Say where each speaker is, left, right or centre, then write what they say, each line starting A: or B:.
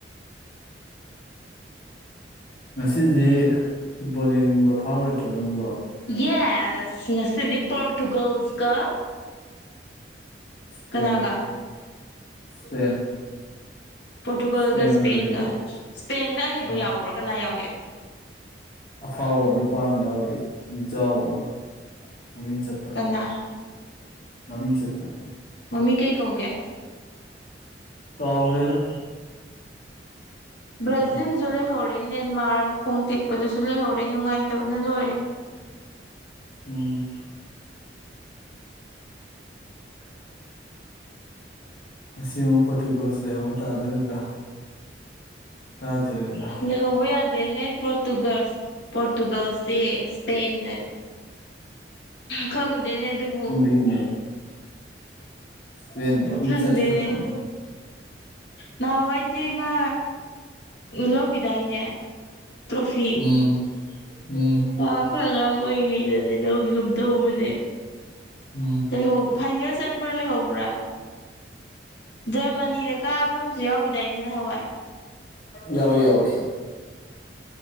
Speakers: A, on the left (about 50°); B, on the left (about 65°).
A: ꯉꯁꯤꯁꯤ ꯐꯨꯠꯕꯣꯜ ꯌꯦꯡꯅꯤꯡꯕ ꯐꯥꯎꯔꯣꯏꯗ꯭ꯔꯣ ꯅꯪꯕꯣ
B: ꯌꯦꯁ ꯁꯤꯗꯤ ꯄꯣꯣꯔꯇꯨꯒꯜꯁ ꯀ
A: ꯏꯁꯄꯦꯟ
B: ꯀꯅꯥꯒ
A: ꯏꯁꯄꯦꯟ
B: ꯄꯣꯔꯇꯨꯒꯜꯒ
A: ꯏꯁꯄꯦꯟꯒ
B: ꯁ꯭ꯄꯦꯟꯒ
A: ꯂꯩꯕ
B: ꯁ꯭ꯄꯦꯟꯗ ꯍꯍꯩꯕ
A: ꯑꯥ
B: ꯌꯥꯎꯕ꯭ꯔꯣ ꯀꯅꯥ ꯌꯥꯎꯒꯦ
A: ꯑꯐꯥꯎꯕ ꯅꯨꯄꯥ ꯑꯃ ꯌꯥꯎꯔꯤ ꯃꯤꯖꯥꯎ ꯑꯃ ꯃꯃꯤꯡ ꯆꯠꯄ
B: ꯀꯅꯥ
A: ꯃꯃꯤꯡ ꯆꯠꯄ
B: ꯃꯃꯤꯡ ꯀꯩ ꯀꯧꯒꯦ
A: ꯀꯥꯎꯈꯦꯗ
B: ꯭ꯔꯖꯤꯟ
A: ꯈꯪꯉꯦ
B: ꯖꯨꯂ ꯍꯔꯤꯟ ꯅꯦꯟꯃꯥꯔ ꯃꯈꯣꯡ ꯇꯦꯛꯄꯗꯨꯁꯨ ꯂꯩꯍꯧꯔꯦ ꯅꯨꯡꯉꯥꯏꯇꯕꯅ ꯂꯣꯏꯔꯦ
A: ꯎꯝ ꯉꯁꯤ ꯑꯃꯨꯛ ꯄꯣꯔꯇꯨꯒꯜꯁ ꯂꯩꯍꯧꯕ ꯇꯥꯗꯣꯔꯤꯕ꯭ꯔ ꯀꯥꯗꯣꯔꯤꯕ꯭ꯔ
B: ꯂꯩꯍꯧꯕ ꯌꯥ ꯍꯦ ꯄꯣꯔꯇꯨꯒꯜ ꯄꯣꯔꯇꯨꯒꯜꯁꯇꯤ ꯏꯁꯄꯦꯟꯅ ꯈꯪꯗꯦꯅꯦ ꯑꯗꯨꯕꯨ
A: ꯎꯝ ꯏꯁꯄꯦꯟ ꯃꯃꯤꯡ
B: ꯈꯪꯗꯦꯅꯦ
A: ꯆꯠꯈꯔ꯭ꯄꯣꯠꯅꯤ
B: ꯅꯍꯥꯟꯋꯥꯏꯗꯤ ꯃꯥ ꯂꯧꯈꯤꯗꯥꯏꯅꯦ ꯇ꯭ꯔꯣꯐꯤ
A: ꯎꯝ ꯎꯝ
B: ꯑ ꯑꯩꯈꯣꯏ ꯑꯉꯥꯡ ꯑꯣꯏꯔꯤꯉꯩꯗꯗꯤ ꯂꯧꯈꯤꯒꯨꯝ ꯇꯧꯕꯅꯦ
A: ꯎꯝ
B: ꯂꯩꯍꯧꯕ ꯐꯥꯏꯅꯦꯜ ꯆꯪꯕ꯭ꯔꯥ ꯂꯩꯍꯧꯕ꯭ꯔꯥ ꯖꯔꯃꯅꯤꯅ ꯀꯥꯕ ꯑꯃꯁꯨ ꯌꯥꯎꯈꯤꯗꯥꯏꯅꯦ ꯅꯍꯥꯋꯥꯏ
A: ꯌꯥꯎꯏ ꯌꯥꯎꯏ